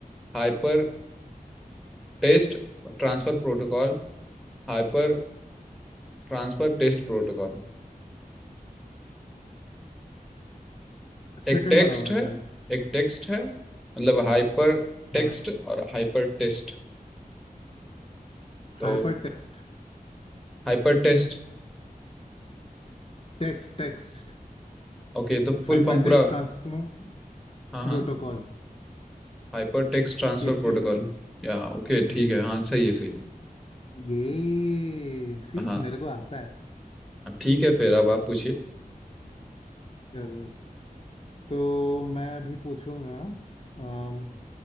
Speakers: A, in the centre; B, on the left.
A: hyper test transfer protocol hyper transfer test protocol
B: सेकंड
A: एक टेक्स्ट
B: वाला होगा
A: है
B: शायद
A: एक टेक्स्ट है मतलब हाइपर
B: हाँ
A: टेक्स्ट और हाइपर टेस्ट तो
B: hyper text
A: हाइपर टेक्स्ट
B: text text
A: ओके तो फुल
B: Hyper
A: फॉर्म
B: text
A: पूरा
B: transport
A: हाँ
B: protocol
A: हाँ हाइपर टेक्स्ट ट्रांसफर
B: एच
A: प्रोटोकॉल
B: टी टी पी
A: या ओके ठीक
B: जी
A: है
B: जी
A: हाँ सही है सही है
B: ये सी
A: हाँ
B: मेरे को आता है
A: अब ठीक है फिर अब आप पूछिए
B: चलो तो मैं अभी पूछूंगा अम,